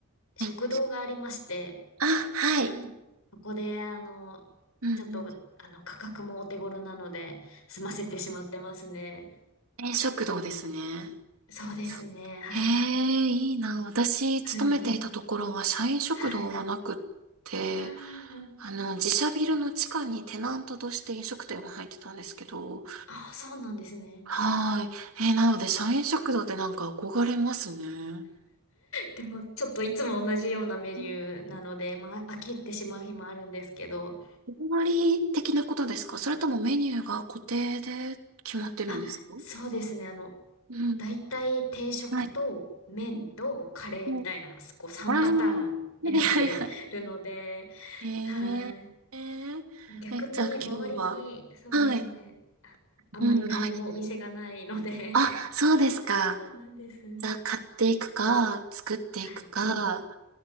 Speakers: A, on the left; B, on the right.
A: 食堂がありまして、
B: はいあ、はい。
A: はいそこで、あのちょっと、
B: うんうん。
A: あの、価格もお手頃なので、済ませてしまってますね。
B: えー食堂ですね。
A: そうですね、
B: そうへ
A: はい。
B: え、いいな。私、
A: <laughs>
B: 勤めていたところは社員食堂はなくって、
A: はい。うんうんうん。
B: あの、自社ビルの地下にテナントとして飲食店が入ってたんですけど、
A: あ、そうなんですね。
B: はーい。えーなので、社員食堂ってなんか憧れますね。
A: でも、ちょっといつも同じようなメニューなので、
B: うん
A: まあ、飽きてしまう日もあるんですけど、
B: 日替わり的なことですかそれともメニューが固定で決まってるんですか
A: あ、そうですね、あの、
B: うん。
A: 大体定食と麺とカレーみたいな、
B: はい。はい
A: こう3パターンになってるので、
B: ああ、はいはいはい。え
A: はい。
B: え。えー、
A: 逆に周りに、
B: えじゃあ今日は。
A: そうですね。
B: はい。
A: ああんまり何もお店がないので、
B: うん、はい。あ、そうですか。
A: <laughs> そうなんです。
B: じゃあ買っていくか、作っていくか、
A: はい。